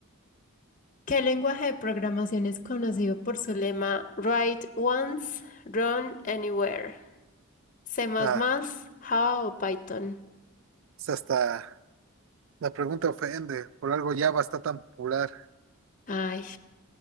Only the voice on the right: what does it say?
Ah,
es hasta la pregunta ofende. Por algo Java está tan popular.